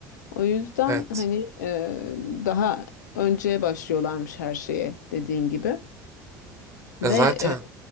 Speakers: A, on the left; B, on the right.
A: O yüzden
B: evet.
A: hani e, daha önceye başlıyorlarmış her şeye dediğin gibi. Ve
B: E zaten,
A: e,